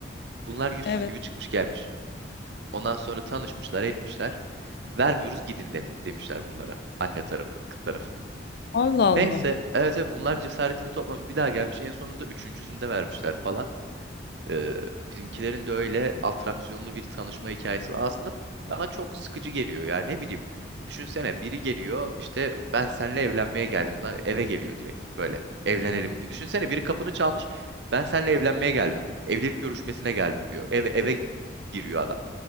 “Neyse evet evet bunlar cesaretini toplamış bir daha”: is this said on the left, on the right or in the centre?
Right